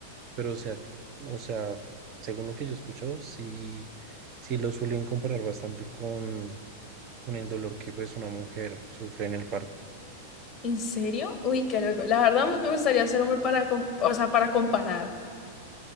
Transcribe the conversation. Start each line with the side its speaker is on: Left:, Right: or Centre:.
Right: pero o sea, o sea, según lo que yo he escuchado, sí, sí lo suelen comparar bastante con, con el dolor que pues una mujer sufre en el parto.
Left: ¿En serio? Uy, qué loco. La verdad me gustaría ser hombre para, com- o sea, para comparar.